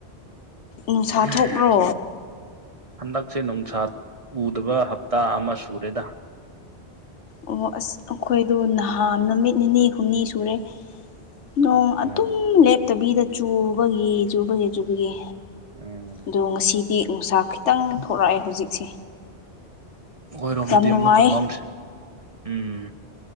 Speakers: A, on the left; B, on the right.
A: ꯅꯨꯡꯁꯥ
B: ꯍꯝ
A: ꯊꯣꯛꯄ꯭ꯔꯣ
B: ꯍꯟꯗꯛꯁꯦ ꯅꯨꯡꯁꯥ ꯎꯗꯕ ꯍꯞꯇꯥ ꯑꯃ ꯁꯨꯔꯦꯗ꯫
A: ꯑꯣ ꯑꯁ ꯑꯩꯈꯣꯏꯗ ꯅꯍꯥꯟ ꯅꯨꯃꯤꯠ ꯅꯤꯅꯤ ꯍꯨꯝꯅꯤ ꯁꯨꯔꯦ꯫ ꯅꯣꯡ
B: ꯎꯝ
A: ꯑꯗꯨꯝ ꯂꯦꯞꯇꯕꯤꯗ ꯆꯨꯕꯒꯤ ꯆꯨꯕꯒꯤ ꯆꯨꯕꯒꯤ
B: ꯎꯝ
A: ꯑꯗꯣ ꯉꯁꯤꯗꯤ ꯅꯨꯡꯁꯥ ꯈꯤꯇꯪ ꯊꯣꯔꯛꯑꯦ ꯍꯧꯖꯤꯛꯁꯦ꯫
B: ꯑꯣꯏꯏꯔꯣꯝꯗꯗꯤ
A: ꯌꯥꯝ ꯅꯨꯡꯉꯥꯏ
B: ꯑꯃꯨꯛꯀ ꯃꯝ ꯎꯝ